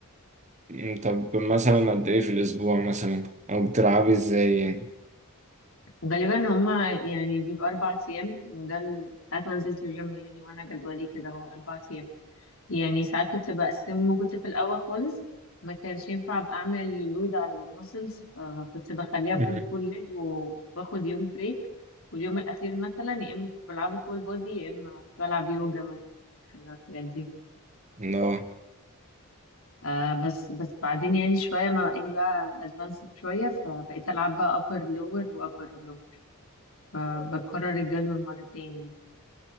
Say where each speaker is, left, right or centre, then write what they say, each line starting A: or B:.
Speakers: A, on the right; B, on the left.
A: م، طب مثلا قد ايه في الاسبوع مثلا او بتلعبي ازاي يعني
B: غالبا هما يعني بيبقى أربع أيام وده ال- ساعات ما نزلت الجيم يعني وأنا جدولي كده هو أربع أيام يعني ساعات كنت بقسمه لما كنت في الأول خالص ما كانش ينفع أبقى أعمل لود على المسلز فكنت بخليها
A: مم.
B: بول بول ليج وباخد يوم بريك واليوم الأخير مثلا يا إما كنت بلعبه فول بودي يا إما بلعب يوجا مثلا حاجة من الحاجات دي
A: لا
B: آه بس بس بعدين يعني شوية ما بقيت بقى أدفانسد شوية فبقيت ألعب بقى أبر لور وأبر لور فبكرر الجدول مرتين يعني